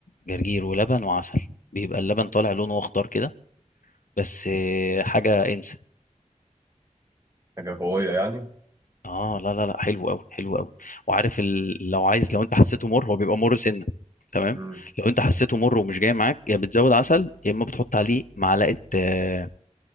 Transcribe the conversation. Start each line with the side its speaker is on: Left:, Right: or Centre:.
Left: جرجير ولبن وعسل بيبقى اللبن طالع لونه اخضر كده بس آه، حاجه انسى
Right: حاجه قويه يعني
Left: اه لا لا لا حلو قوي حلو قوي وعارف ال... لو عايز لو انت حسيته مر هو بيبقى مر سنه تمام
Right: مم.
Left: لو انت حسيته مر ومش جاي معاك يا بتزود عسل يا اما بتحط عليه معلقه آه،